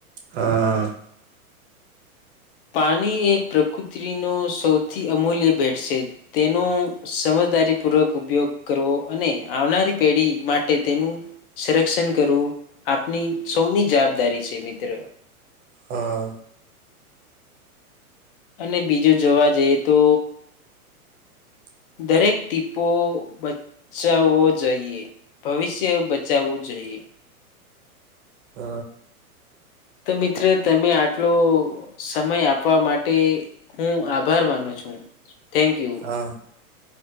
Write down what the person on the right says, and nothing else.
હા
હમ
હ
હા